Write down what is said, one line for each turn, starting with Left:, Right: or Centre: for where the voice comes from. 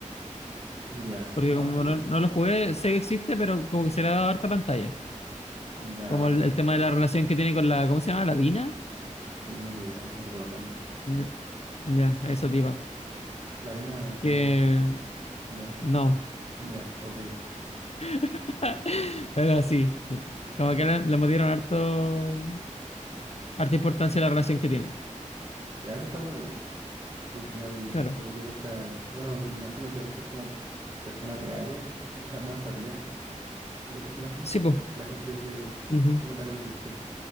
Right: ya,
Left: Porque
Right: no,
Left: como
Right: sí.
Left: no, no lo jugué, sé que existe, pero como que se le ha dado harta pantalla.
Right: Ya,
Left: Como
Right: ok.
Left: el, el tema de la relación que tiene con la, ¿cómo se llama? ¿La Dina?
Right: Sí, no tengo idea, no me acuerdo los nombres.
Left: Ya, ya, eso, tipa.
Right: Ladina, como.
Left: Que
Right: Ya,
Left: no.
Right: ya, ok.
Left: <laughs> Pero sí, como que le, le dieron harto, harta importancia a la relación que tienen.
Right: Ya, eso está bueno igual. Sí, al final,
Left: Claro.
Right: como que busca. Bueno, me imagino que al ser como personas reales, busca más empatía en los personajes,
Left: Sí,
Right: que la gente se, se
Left: pues.
Right: meta con ellos. sí.